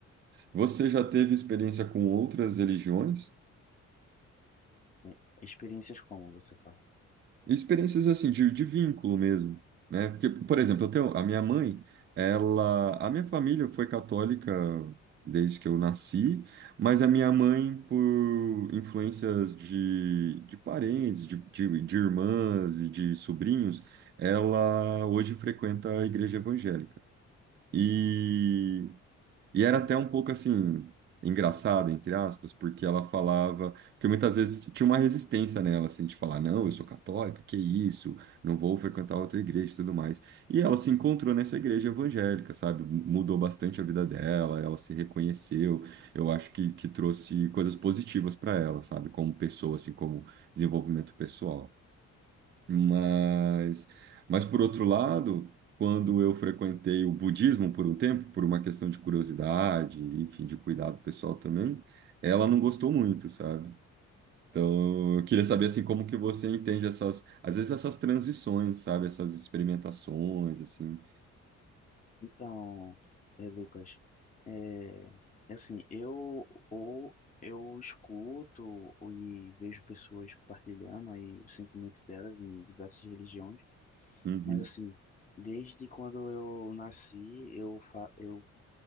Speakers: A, on the right; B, on the left.
A: Você já teve experiência com outras religiões?
B: eh, experiências como você fala.
A: Experiências assim, de, de vínculo mesmo, né? Porque, por exemplo, eu tenho, a minha mãe, ela, a minha família foi católica desde que eu nasci, mas a minha mãe, por influências de, de parentes, de, de, de irmãs e de sobrinhos, ela hoje frequenta a igreja evangélica. E E era até um pouco assim, engraçado, entre aspas, porque ela falava. Porque muitas vezes tinha uma resistência nela, assim, de falar: não, eu sou católica, que isso, não vou frequentar outra igreja e tudo mais. E ela se encontrou nessa igreja evangélica, sabe? Mu- Mudou bastante a vida dela, ela se reconheceu. Eu acho que, que trouxe coisas positivas para ela, sabe? Como pessoa, assim, como desenvolvimento pessoal. Mas, mas por outro lado, quando eu frequentei o budismo por um tempo, por uma questão de curiosidade, enfim, de cuidado pessoal também, ela não gostou muito, sabe? Então, eu queria saber assim como que você entende essas, às vezes essas transições, sabe? Essas experimentações, assim.
B: Então, é, Lucas, é, é assim, eu ou eu escuto e vejo pessoas partilhando aí os sentimentos delas em diversas religiões,
A: Uhum,
B: mas assim, desde quando eu nasci, eu, fa eu